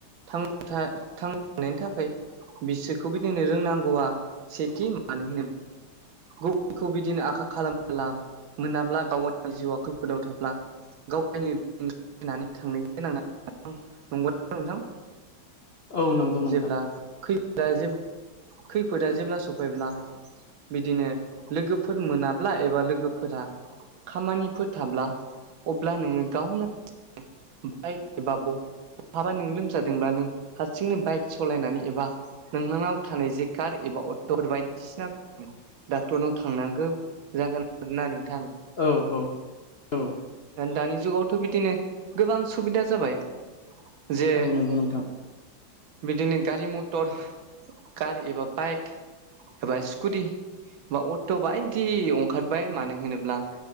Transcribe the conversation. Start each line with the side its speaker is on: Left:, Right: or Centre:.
Right: <unintelligible> थांनायनि थाखाय बिसोरखौ बिदि होननो रोंनांगौआ सेथि मानो होनो गुबखौ बिदिनो आखा खालामला मोनाब्ला गावाव जिउआ खैफोदाव थाब्ला गाव गायनोनानै थांनो गोनां नंगौ <unintelligible> नोंथां
Left: औ नंगौ नोंथां
Right: जेब्ला जेबो खैफोदा जेब्ला सफैब्ला बिदिनो लोगोफोर मोनाब्ला एबा लोगोफोरा खामानिफोरो थाब्ला अब्ला नोङो गावनो बाइक एबा बहाबा नों लोमजादोंब्ला नों हारसिंनो बाइक सालायनानै एबा नोंनानाव थानाय जे कार एबा अट'फोर बायदिसिना डाक्टरनाव थांनांगौ जागोन आरोना नोंथां
Left: औ औ औ
Right: दानि जुगावथ' बिदिनो गोबां सुबिदा जाबाय जे
Left: औ नंगौ नोंथां
Right: बिदिनो गारि मथर कार एबा बाइक एबा स्कुटि बा अट' बायदि ओंखारबाय मानो होनोब्ला